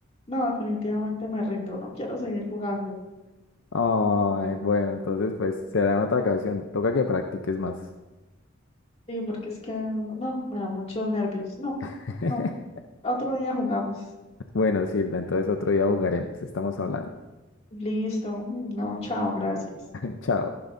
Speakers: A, on the left; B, on the left.
A: No, definitivamente me rindo. No quiero seguir jugando.
B: Ay, bueno, entonces pues será en otra ocasión, toca que practiques más.
A: Sí, porque es que no, me da muchos nervios. No,
B: <laughs>
A: no. Otro día jugamos.
B: Bueno, Silvia, entonces otro día jugaremos, estamos hablando.
A: Listo. No, chao, gracias.
B: <laughs> Chao.